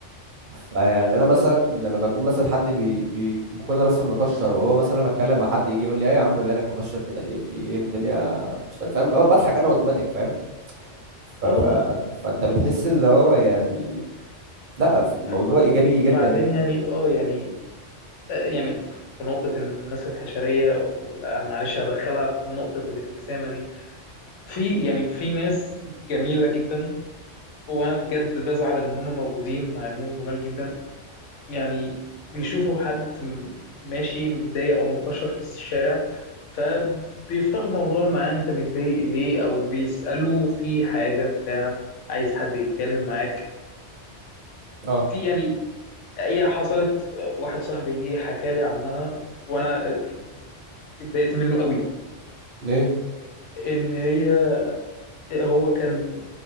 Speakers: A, on the right; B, on the left.
A: فيعني انا مثلا
B: اه
A: لما يكون مثلا حد بي بي- بكون انا مثلا مكشر وهو مثلا انا اتكلم مع حد يجي يقول لي ايه يا عم مالك مكشر كده ليه في ايه الدنيا مش تمام فاهم بضحك انا اوتوماتيك فاهم ف
B: آه.
A: ف فانت بتحس اللي هو يعني لا في- الموضوع
B: و-
A: ايجابي
B: وبعدين
A: جدا يعني
B: يعني اه يعني يعني في نقطة الناس الحشرية لا، معلش هدخلها في نقطة الابتسامة دي في يعني في ناس جميلة جدا وأنا بجد بزعل إن هم موجودين مع إنهم جمال جدا يعني بيشوفوا حد م- ماشي متضايق أو مكشر في الشارع فبيفتحوا موضوع معاه أنت متضايق ليه أو بيسألوا في حاجة بتاع عايز حد يتكلم معاك
A: اه
B: دي يعني هي حصلت واحد صاحبي جه حكى لي عنها وانا اتضايقت منه قوي
A: ايه
B: ان هي هو كان